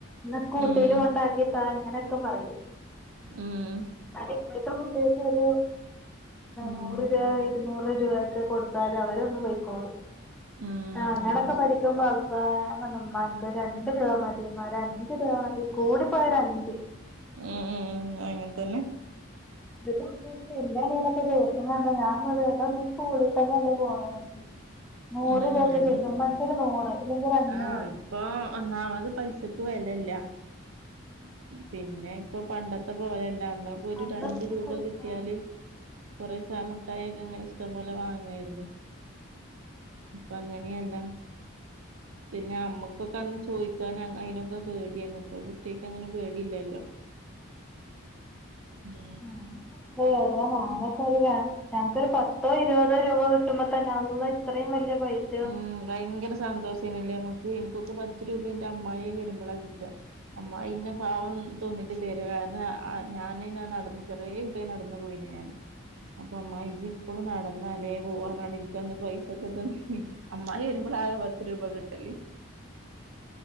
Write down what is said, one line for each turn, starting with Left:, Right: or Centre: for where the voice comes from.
Centre: ഇ സ്കൂട്ടിൽ
Right: ഉം.
Centre: കൊണ്ടാക്കിട്ടാതാ ഇങ്ങനെയൊക്കെ പറയൂ
Right: ഉം
Centre: അ ഇപ്പോഴത്തെ കുട്ടിക്ക അറിയ ഒരു
Right: ഉം.
Centre: നൂറ് രൂപ ഇരുന്നൂറ് രൂപൊക്കെ കൊടു- അ അത അവര ഒന്ന് പോയിക്കോളൂ
Right: ഉം.
Centre: ആ അങ്ങളോക്കെ
Right: അതെ.
Centre: മ്പ അവ്മ്മാക്ക രണ്ട രൂപ മതിയമാഞ് <unintelligible> ശരിയ മതി കൂടി പോയൊ ഒരു അഞ്ച്
Right: ഉം ഉം ഉ അങ്ങനെ തന്നെ
Centre: ഇത്ത <inaudible> എന്റെണലൊക്കെ ചോദിക്കണ്ട ഞാ ഇവിട സ്കൂളിൽ തന്നെല്ലേ പോണി നൂറ്
Right: ഉം.
Centre: രൂപക്ക
Right: അയിന്
Centre: കേക്കും മ ഒരു നൂറ് ഇല്ലെങ്കിൽ ഒരു അഞ്ഞൂറ്
Right: ആഹ് ഇപ്പൊ ഒന്നാമത് പൈസക്ക് വിലല്ല
Centre: ഉം
Right: പിന്നെ ഇപ്പൊ പണ്ടത്തെ പോലല്ല അന്നക്ക ഒരു
Centre: അന്നൊക്കെ
Right: രണ്ട്
Centre: ഒരു
Right: രൂപ
Centre: പത്ത്
Right: കിട്ടി- കട്ടിയാല് കുറേ ദസ മിഠായി ഒക്കെ ഇങ്ങനെ ഇഷ്ടം പോലെ വാ ങ്ങായിരുന്നു ഇപ്പൊ അങ്ങനെയല്ല പിന്നെ ഞമ്മക്ക് ഓക്ക് അന്ന് ചോദിക്കാൻ അതിനൊക്കെ പേടിയന്ന് ഇ- ഇപ്പാ അങ്ങനെ പേടില്ലല്ലോ മ്
Centre: ഞാനൊക്കെ അറയാ അതാ നാനൊക്കെ അത <unintelligible> ഞങ്ങക്കൊരു പത്തോ ഇരുപതോ രൂപ കിട്ടുമ്പോ തന്നെ അള്ള ഇത്രയും വലിയ പൈസ
Right: ഉം ഭയങ്കര സന്തോഷേനല്ലേ നമക്ക് എനിക്കൊക്കെ പത്ത് രൂപ എന്റെ അമ്മായി വരുമ്പോളാ കിട്ടാ അമ്മ ഇന്ന പാവം തോന്നിട്ട് തര് കാരണം ഞാനേഞാ നടന്ന് ചെറിയേ കുട്ടി നടന്നു പോയിഞ് ഞാൻ അപ്പൊ അമായി ജി ഇപ്പളും നടന്നല്ലേ പോവാന്നറിഞ് ഇൻക്കന്ന് പൈസൊക്കെ തന്നീ ഞ്ഞി അമ്മായി വരുമ്പോളാകെ പത്ത് രൂപ കിട്ടല്